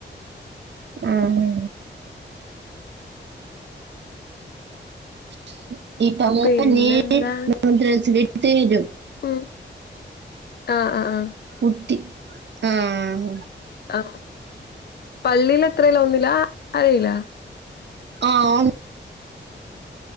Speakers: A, on the right; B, on the left.
A: ആഹ ഉഹ <unintelligible>
B: പിന്നെന്താണ് ഉം ആഹ ആഹ ആഹ
A: പുട്ടി ആഹ
B: ആ പള്ളിൽ എത്രല്ലോ ഒന്നില്ല അറിയില്ല
A: ആഹ